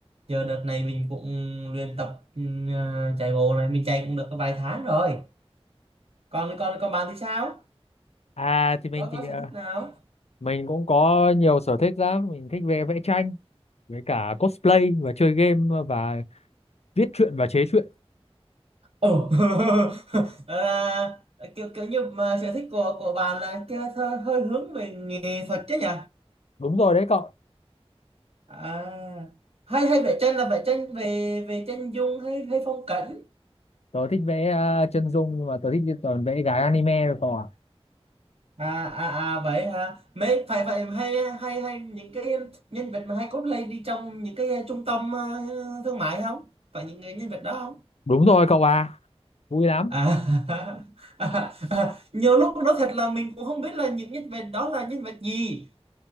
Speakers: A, on the right; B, on the left.
A: Giờ đợt này mình cũng luyện tập ừm, à, chạy bộ này mình chạy cũng được có vài tháng rồi. Còn còn còn bạn thì sao?
B: À thì mình
A: Có có
B: thì
A: sở
B: à,
A: thích nào?
B: mình cũng có nhiều sở thích lắm, mình thích vẽ vẽ tranh với cả cosplay và chơi game và viết truyện và chế truyện.
A: Ồ <laughs> à, kiểu kiểu như mà sở thích của của bạn là chơi hơi, hơi hướng về nghệ thuật chứ nhỉ?
B: Đúng rồi đấy cậu.
A: À hay hay vẽ tranh là vẽ tranh về về chân dung hay hay phong cảnh?
B: Tớ thích vẽ à, chân dung nhưng mà tớ thích toàn vẽ gái anime rồi cậu ạ.
A: À à à vậy hả? Mấy phải vậy hay hay hay những cái nhân vật mà hay cosplay đi trong những cái ờ, trung tâm ờ, thương mại không? Phải những người nhân vật đó không?
B: Đúng rồi cậu à, vui lắm.
A: À, <laughs> à, à, nhiều lúc nó thật là mình cũng không biết là những nhân vật đó là nhân vật gì